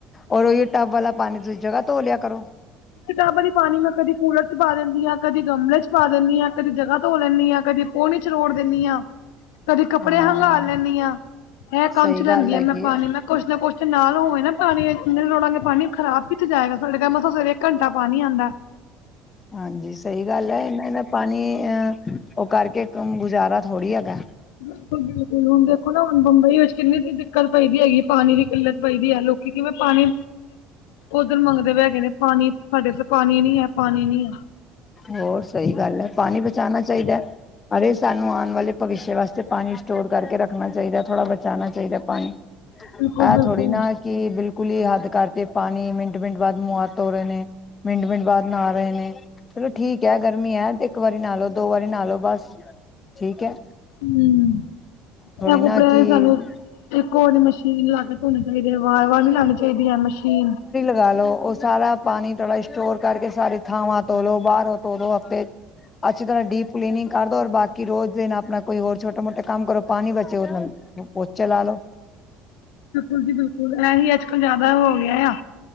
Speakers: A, on the left; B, on the left.
A: ਔਰ ਉਹੀ ਟੱਬ ਵਾਲਾ ਪਾਣੀ ਤੁਸੀਂ ਜਗ੍ਹਾ ਤੋਂ ਲਿਆ ਕਰੋ।
B: ਟਬ ਵਾਲੀ ਪਾਣੀ ਮੈਂ ਕਦੀ ਕੂਲਰ ਚ ਪਾ ਦਿੰਦੀ ਹਾਂ ਕਦੀ ਗਮਲੇ ਚ ਪਾ ਦਿੰਦੀ ਹਾਂ ਕਦੇ ਜਗ੍ਹਾ ਧੋ ਲੈਂਦੀ ਹਾਂ ਕਦੇ ਪੋੜੀ ਚ ਰੋੜ ਦਿੰਦੀ ਹਾਂ ਕਦੀ ਕੱਪੜੇ
A: ਹਾਂ
B: ਹੰਘਾਲ ਲੈਂਦੀ ਹਾਂ ਇਹ ਕੰਮ
A: ਸਹੀ
B: ਚ ਲੈਂਦੀ
A: ਗੱਲ ਹੈਗੀ
B: ਆ ਮੈਂ ਪਾਣੀ
A: ਹੈ
B: ਮੈਂ ਕੁਛ ਨਾ ਕੁਛ ਤੇ ਨਾਲ ਹੋਵੇ ਨਾ ਪਾਣੀ ਰੋੜਾਂਗੇ ਪਾਣੀ ਖ਼ਰਾਬ ਕਿਤੇ ਜਾਏਗਾ ਸਾਡੇ ਘਰ ਸਵੇਰੇ ਘੰਟਾ ਪਾਣੀ ਆਂਦਾ।
A: ਹਾਂਜੀ ਸਹੀ ਗੱਲ ਹੈ ਇਹਨਾਂ ਦਾ ਪਾਣੀ ਅ ਉਹ ਕਰਕੇ ਗੁਜ਼ਾਰਾ ਥੋੜ੍ਹੀ ਹੈਗਾ।
B: ਬਿਲਕੁਲ-ਬਿਲਕੁਲ ਹੁਣ ਦੇਖੋ ਨਾ ਹੁਣ ਮੁੰਬਈ ਵਿੱਚ ਕਿੰਨੀ ਦਿੱਕਤ ਪਈ ਦੀ ਹੈਗੀ ਪਾਣੀ ਦੀ ਕਿੱਲਤ ਪਈ ਦੀ ਹੈ ਲੋਕ ਲੋਕੀ ਕਿਵੇਂ ਪਾਣੀ ਉੱਧਰ ਮੰਗਦੇ ਵੀ ਹੈਗੇ ਨੇ ਪਾਣੀ ਸਾਡੇ ਤੇ ਪਾਣੀ ਨੀ ਹੈ ਪਾਣੀ ਨੀ ਐ।
A: ਹੋਰ ਸਹੀ ਗੱਲ ਹੈ ਪਾਣੀ ਬਚਾਣਾ ਚਾਹੀਦਾ, ਅਰੇ ਸਾਨੂੰ ਆਣ ਵਾਲੇ ਭਵਿੱਸ਼ੇ ਵਾਸਤੇ ਪਾਣੀ ਸਟੋਰ ਕਰਕੇ ਰੱਖਣਾ ਚਾਹੀਦਾ ਥੋੜ੍ਹਾ ਬਚਾਣਾ ਚਾਹੀਦਾ ਪਾਣੀ।
B: ਬਿਲਕੁਲ
A: ਐ
B: ਬਿਲਕੁਲ
A: ਥੋੜੀ ਨਾ ਕਈ ਬਿਲਕੁਲ ਹੀ ਹੱਦ ਕਰਦੇ ਪਾਣੀ ਮਿੰਟ-ਮਿੰਟ ਬਾਅਦ ਮੂੰਹ ਹੱਥ ਤੋ ਰਹੇ ਨੇ ਮਿੰਟ-ਮਿੰਟ ਬਾਅਦ ਨਹਾ ਰਹੇ ਨੇ, ਚਲੋ ਠੀਕ ਹੈ ਗਰਮੀ ਹੈ ਤੇ ਇੱਕ ਵਾਰੀ ਨ੍ਹਾਲੋ ਦੋ ਵਾਰੀ ਨ੍ਹਾਲੋ ਬਸ, ਠੀਕ ਏ।
B: ਹੂੰ, ਐ
A: ਨਾ
B: ਕਪੜਿਆਂ
A: ਕਿ
B: ਦਾ ਵੀ ਸਾਨੂੰ ਇੱਕ ਉਹ ਜਿਹੜੀ ਮਸ਼ੀਨ ਲਾ ਕੇ ਧੋਣੇ ਚਾਹੀਦੇ ਹੈ ਵਾਰ-ਵਾਰ ਨਹੀਂ ਲਾਣੀ ਚਾਹੀਦੀ ਐ ਮਸ਼ੀਨ।
A: ਲਾ ਲਓ ਉਹ ਸਾਰਾ ਪਾਣੀ ਥੋੜ੍ਹਾ ਸਟੋਰ ਕਰਕੇ ਸਾਰੀ ਥਾਵਾਂ ਧੋ ਲੋ, ਬਾਹਰੋਂ ਧੋ ਲੋ ਹਫ਼ਤੇ ਅੱਛੀ ਤਰ੍ਹਾਂ ਡੀਪ ਕਲੀਨਿੰਗ ਕਰਦੋ ਔਰ ਬਾਕੀ ਰੋਜ਼ ਦੇ ਨਾਲ ਆਪਣਾ ਕੋਈ ਹੋਰ ਛੋਟਾ-ਮੋਟਾ ਕੰਮ ਕਰੋ ਪਾਣੀ ਬਚੇ ਉਹਦੇ ਨਾਲ, ਪੋਚਾ ਲਾ ਲੋ।
B: ਤੁਸੀਂ ਬਿਲਕੁਲ ਇਹੀ ਏ ਜਿਆਦਾ ਹੋ ਗਿਆ ਆ,